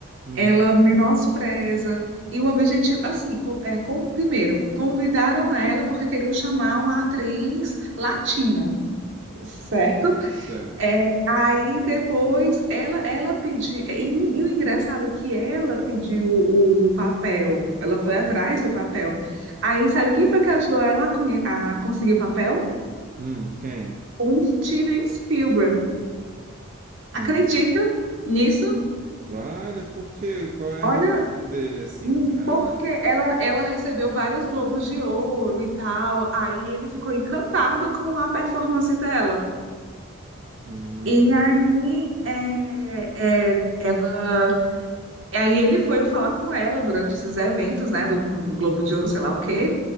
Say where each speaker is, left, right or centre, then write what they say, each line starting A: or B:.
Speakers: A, on the right; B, on the right.
A: Hum,
B: ela menospreza. E o objetivo, assim, co- é, com, primeiro, convidaram ela porque queriam chamar uma atriz latina, certo?
A: sério.
B: É, aí depois ela, ela pediu, e, e o engraçado é que ela pediu o, papel, ela foi atrás do papel. Aí sabe quem foi que ajudou ela a, conhe- a conseguir o papel?
A: Hum, quem?
B: O Steven Spielberg.
A: Hum,
B: Acredita nisso?
A: Vale, por quê? Qual é a
B: Olha,
A: relação dele assim
B: Hum,
A: com ela?
B: Porque ela, ela recebeu vários Globos de Ouro e tal, aí ele ficou encantado com a performance dela.
A: Hum.
B: E aí, é, é, ela, e aí ele foi falar com ela durante esses eventos, né, do, do Globo de Ouro, sei lá o quê.